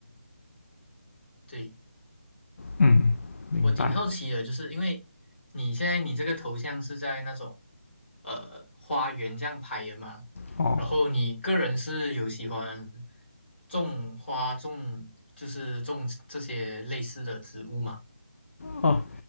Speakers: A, on the left; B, on the left.
A: 对，
B: 嗯，明白。
A: 我挺好奇的，就是因为你现在你这个头像是在那种呃花园这样拍的嘛，
B: 哦
A: 然后你个人是有喜欢种花种，就是种这些类似的植物嘛？
B: 哦，